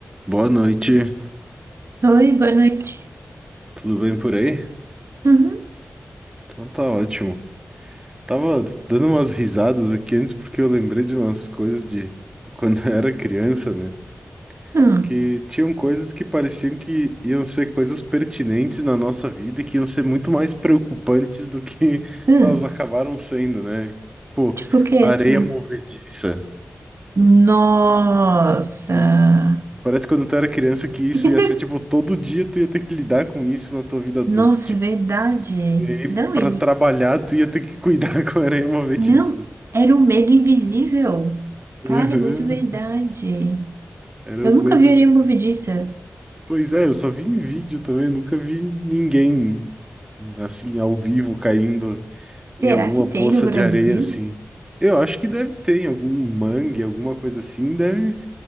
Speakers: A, on the right (about 15°); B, on the right (about 65°).
A: Boa noite,
B: Oi, boa noite.
A: tudo bem por aí?
B: Uhum.
A: Então tá ótimo. Tava dando umas risadas aqui antes porque eu lembrei de umas coisas de <laughs> quando eu era criança, né?
B: Hum.
A: Que tinham coisas que pareciam que iam ser coisas pertinentes na nossa vida e que iam ser muito mais preocupantes do que <laughs>
B: Hum.
A: elas acabaram sendo, né? Tipo,
B: Tipo o que,
A: areia
B: assim?
A: movediça.
B: Nossa.
A: né? Parece que quando tu era criança que isso
B: <laughs>
A: ia ser, tipo, todo dia tu ia ter que lidar com isso na tua vida adulta.
B: Nossa,
A: tipo,
B: é verdade.
A: E aí,
B: Não,
A: pra
B: e...
A: trabalhar, tu ia ter que cuidar <laughs> com aranha movediça.
B: Não, era um medo invisível.
A: Uhum.
B: Cara, é muito verdade.
A: Era
B: Eu
A: o
B: nunca
A: medo.
B: vi areia
A: que-
B: movediça.
A: Pois é, eu só vi em vídeo também, nunca vi ninguém assim ao vivo caindo em
B: Será
A: alguma
B: que tem
A: poça
B: no Brasil?
A: de areia assim. Eu acho que deve ter em algum mangue, alguma coisa assim, deve